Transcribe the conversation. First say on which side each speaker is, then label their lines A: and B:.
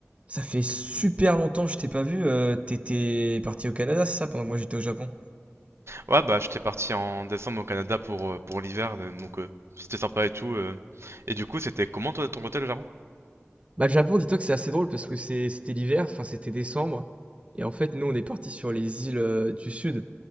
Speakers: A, on the right (about 25°); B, on the right (about 65°).
A: Ça fait super longtemps que je t'ai pas vu. euh, t'étais parti au Canada, c'est ça, pendant que moi j'étais au Japon?
B: Ouais, bah j'étais parti en décembre au Canada pour, euh, pour l'hiver, euh, donc euh, c'était sympa et tout. euh. Et du coup, c'était comment toi de ton côté le Japon?
A: Bah, le Japon, dis-toi que c'est assez drôle parce que c'est- c'était l'hiver, enfin c'était décembre, et en fait nous on est parti sur les îles euh, du sud.